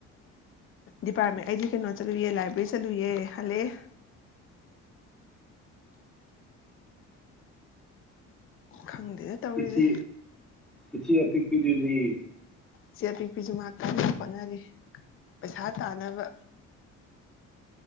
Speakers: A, on the left (about 45°); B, in the centre.
A: ꯗꯤꯄꯥꯔꯠꯃꯦꯟ ꯑꯩꯗꯤ ꯀꯩꯅꯣ ꯆꯠꯂꯨꯌꯦ ꯂꯥꯏꯕ꯭ꯔꯦꯔꯤ ꯆꯠꯂꯨꯌꯦ ꯍꯜꯂꯛꯑꯦ꯫ ꯈꯪꯗꯦꯗ ꯇꯧꯔꯤꯖꯦ
B: ꯏꯆꯦ ꯏꯆꯦ ꯑꯄꯤꯛꯄꯤꯗꯨꯗꯤ
A: ꯆꯦ ꯑꯄꯤꯛꯄꯤꯁꯨ ꯃꯥ ꯀꯟꯅ ꯍꯣꯠꯅꯔꯤ ꯄꯩꯁꯥ ꯇꯥꯟꯅꯥꯕ